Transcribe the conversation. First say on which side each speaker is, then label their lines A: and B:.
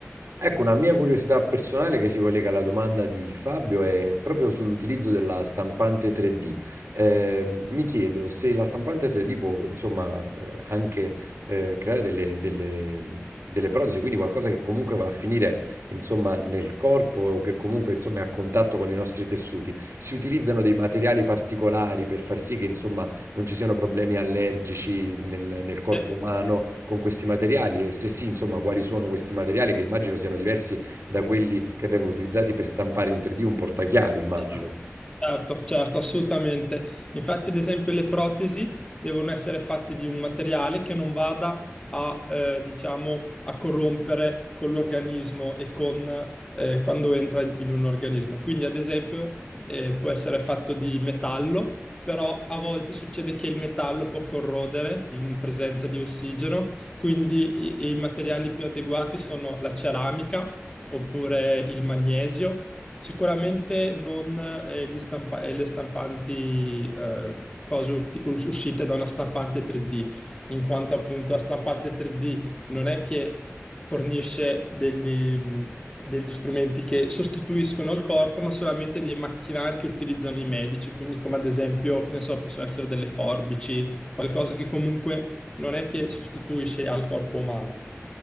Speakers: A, on the right (about 70°); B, on the left (about 20°).
A: Ecco, una mia curiosità personale che si collega alla domanda di Fabio è proprio sull'utilizzo della stampante 3D. Ehm, mi chiedo se la stampante 3D può, insomma, eh, anche eh, creare delle, delle- delle protesi, quindi qualcosa che comunque va a finire, insomma, nel corpo o che comunque, insomma, è a contatto con i nostri tessuti. Si utilizzano dei materiali particolari per far sì che, insomma, non ci siano problemi allergici nel, nel corpo
B: E-
A: umano con questi materiali e se sì, insomma, quali sono questi materiali che immagino siano diversi da quelli che vengono utilizzati per stampare in 3D un portachiavi, immagino.
B: cioè, Certo, certo, assolutamente. Infatti, ad esempio, le protesi devono essere fatte di un materiale che non vada a, eh, diciamo, a corrompere con l'organismo e con, eh, quando entra in un organismo. Quindi, ad esempio, eh, può essere fatto di metallo, però a volte succede che il metallo può corrodere in presenza di ossigeno, quindi i i materiali più adeguati sono la ceramica oppure il magnesio Sicuramente non eh, gli stampa- eh, le stampanti, eh, cose uti- us- uscite da una stampante 3D, in quanto appunto la stampante 3D non è che fornisce degli, degli strumenti che sostituiscono il corpo, ma solamente dei macchinari che utilizzano i medici, quindi come ad esempio, che ne so, possono essere delle forbici, qualcosa che comunque non è che sostituisce al corpo umano.